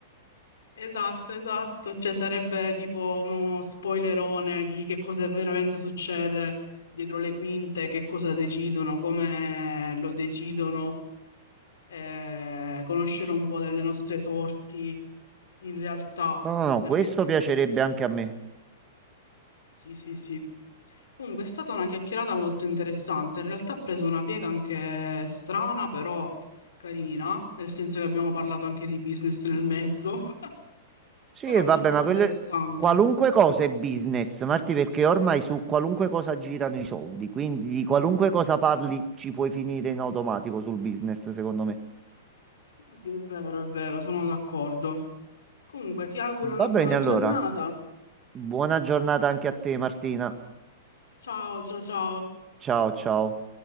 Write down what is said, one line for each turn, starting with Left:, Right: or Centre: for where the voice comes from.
Left: Esatto, esatto, cioè sarebbe tipo uno spoilerone di che cosa veramente succede dietro le quinte, che cosa decidono, come lo decidono, eh, conoscere un po' delle nostre sorti in realtà,
Right: no, no, no,
Left: perché
Right: questo piacerebbe anche a me.
Left: sì, sì, sì. Comunque è stata una chiacchierata molto interessante. In realtà ha preso una piega anche strana, però carina, nel senso che abbiamo parlato anche di business nel mezzo, <laughs>
Right: Sì,
Left: però
Right: e vabbè,
Left: molto
Right: ma
Left: interessante.
Right: quelle... qualunque cosa è business, Marti, perché ormai su qualunque cosa girano i soldi, quindi di qualunque cosa parli ci puoi finire in automatico sul business, secondo me.
Left: Sì, è vero, è vero, sono d'accordo. Comunque ti auguro
Right: Va
Left: una buona
Right: bene, allora.
Left: giornata.
Right: Buona giornata anche a te, Martina.
Left: Ciao, ciao, ciao.
Right: Ciao, ciao.